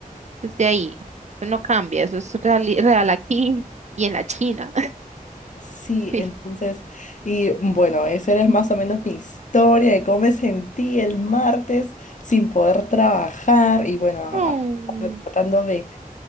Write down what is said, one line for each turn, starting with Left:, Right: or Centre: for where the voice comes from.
Right: desde ahí, eso no cambia, eso es real, real aquí y en la China,
Left: sí,
Right: <laughs>
Left: entonces,
Right: sí.
Left: y bueno, esa era más o menos mi historia de cómo me sentí el martes sin poder trabajar y bueno, a-
Right: Oh,
Left: tratando de